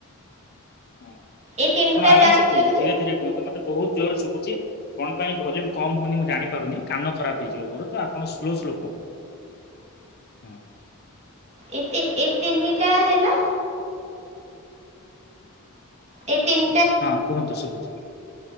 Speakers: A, on the left; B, on the right.
A: ହଁ ଆପଣ
B: ଏଇ ତିନିଟା
A: ଆରାମସେ
B: ଜାଣିଛନ୍ତି
A: କୁହନ୍ତୁ ଧୀରେ ଧୀରେ କୁହନ୍ତୁ ମତେ ବହୁତ୍ ଜୋରେ ଶୁଭୁଚି। କଣ ପାଇଁ ଭଲ୍ୟୁମ କମ୍ ହଉନି ମୁଁ ଜାଣିପାରୁନି କାନ ଖରାପ୍ ହେଇଯିବ ମୋରତ ଆପଣ ସ୍ଲୋ ସ୍ଲୋ କୁହନ୍ତୁ। ହଁ
B: ଏଇ ଏଇ ତିନିଟା ହେଲା ଏଇ ତିନ୍
A: ହଁ କୁହନ୍ତୁ ଶୁଭୁଚି